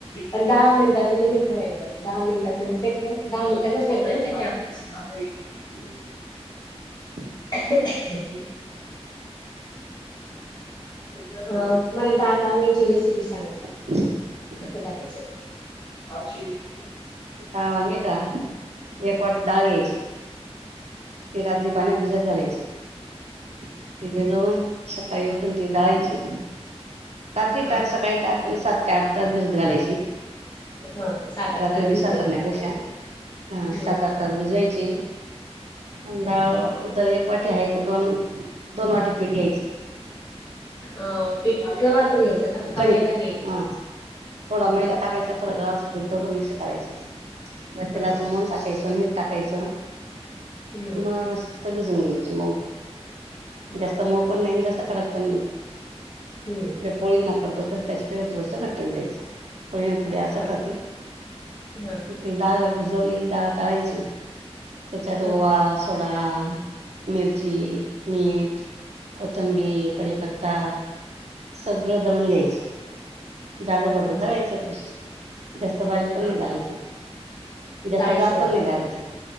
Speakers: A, on the left (about 40°); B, on the right (about 75°).
A: पण दहा मिनिटाचं लिमिट ठेवायचं दहा मिनिटात म्हणजे ते कसं <unintelligible>
B: हम्म
A: ह अ मला डाळ वांग्यांची रेसिपी सांगा
B: <unintelligible>
A: करायचे पाचशे एक
B: आणि का एक वाटी डाळ घ्यायची ते रात्री पाण्यात भिजत घालायचे ते भिजवून सकाळी उठून ती दळायची रात्री
A: हा
B: तास सकाळी टाकून सात ते आठ त्याच बसत घालायची
A: हा सात आठ
B: रात्री
A: तास भिजलेली
B: दिसा करण्यापेक्षा
A: डाळ
B: ह
A: पाहिजे
B: सात आठ तास भिजवायची अंदाज
A: हम्म
B: जर एक वाटी आहे तर दोन दोन वाटी पीठ घ्यायचं
A: अ पिट वाटून घ्यायचं का का
B: कनिक
A: मैदा घ्यायचा
B: हा थोडा मैदा टाकायचा थोडं गव्हाचं पीठ दोघं मिक्स करायचे तेलाचं
A: हा
B: मोंन टाकायचं आणि मीठ टाकायचं
A: हम्म
B: मस्त भिजून घ्यायचं मऊ जास्त
A: हा
B: मऊपण नाही आणि जास्त कडक पण नाही
A: हम्
B: पोळी ना करतो तर त्याच्या पेक्षा थोडसं घट्ट भिजायचं पोळीना थोडी असट
A: हा
B: राहती
A: हा
B: ती डाळ भिजवलेली डाळ दळायची त्याच्यात ओवा
A: हा
B: थोडा मिरची मीठ कोथिंबीर, कडीपत्ता सगळं दळून घ्यायचं जाड भरड
A: हम्म
B: दळायचं ते जास्त बारीक पण
A: हा
B: नाही दळायचं जास्त
A: डाळी
B: जाडपण
A: सोबतच
B: नाही दळायचं